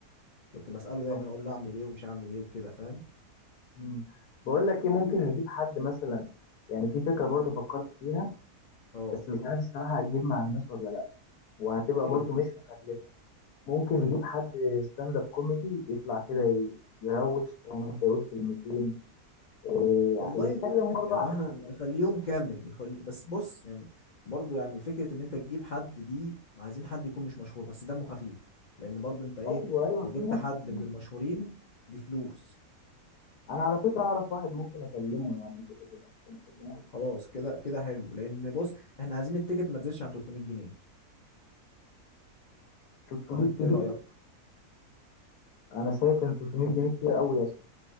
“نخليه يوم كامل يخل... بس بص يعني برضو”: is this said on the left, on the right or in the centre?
Left